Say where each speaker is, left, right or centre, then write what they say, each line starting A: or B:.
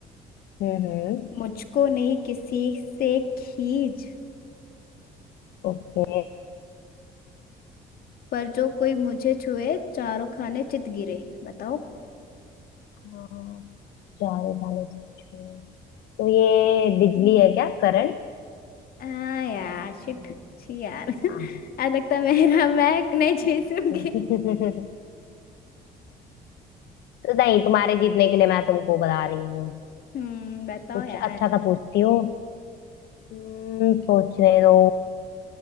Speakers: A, on the left; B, on the left.
A: हम्म हम्म
B: मुझको नहीं किसी से खींच
A: ओके
B: पर जो कोई मुझे छुए चारों खाने चित गिरे बताओ
A: हाँ चारों खाने चित छुए तो ये बिजली
B: हम्म।
A: है क्या करंट
B: आ यार शिट छी यार <laughs>
A: हाँ
B: आज लगता है मेरा <laughs> मैं नहीं जीतूंगी
A: <laughs> तो नहीं तुम्हारे जीतने के लिए मैं तुमको बता रही हूँ
B: हम्म बताओ
A: कुछ
B: यार
A: अच्छा सा पूछती हूँ हम्म, सोचने दो